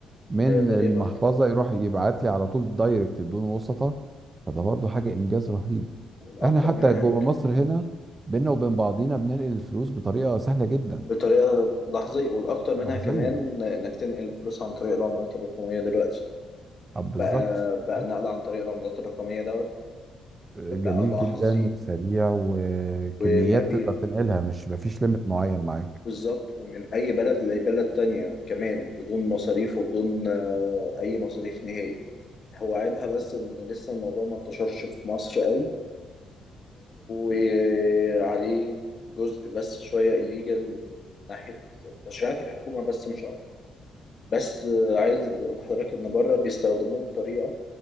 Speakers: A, on the right; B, on the left.
A: من
B: هيقدر
A: المحفظة
B: يبعد
A: يروح يبعت لي على طول دايركت بدون وسطة فده برضو حاجة إنجاز رهيب
B: والأكتر
A: إحنا حتى
B: منها
A: جوه
B: ك-
A: مصر هنا بينا وبين بعضينا بننقل الفلوس بطريقة سهلة جدا
B: بطريقة لحظية والأكتر منها
A: لحظية
B: كمان إنك تنقل الفلوس عن طريق العملات الرقمية دلوقتي
A: طب
B: بقى
A: بالظبط
B: بقى
A: بالظبط.
B: نقل عن طريق العملات الرقمية دوت
A: جميل
B: بقى لحظي
A: جدا وسريع وكميات
B: وما بي
A: تقدر تنقلها مش مفيش ليميت معين معاك
B: بالظبط ومن أي بلد لبلد تانية كمان بدون مصاريف وبدون آه، أي مصاريف نهائي هو عيبها بس إن لسه الموضوع ما انتشرش في مصر قوي وعليه جزء بس شوية الليجل من ناحية تشريعات الحكومة بس مش أكتر بس عايز أقول لحضرتك إن بره بيستخدموه بطريقة